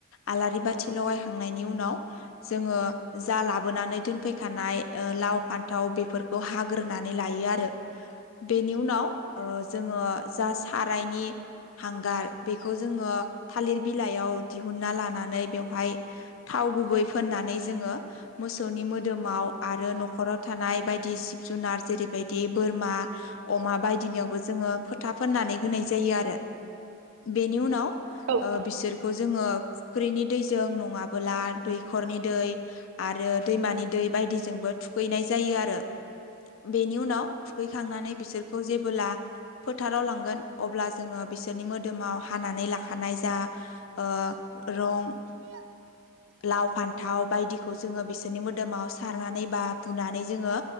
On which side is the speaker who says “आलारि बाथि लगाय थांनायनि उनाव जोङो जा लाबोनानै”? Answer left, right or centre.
Left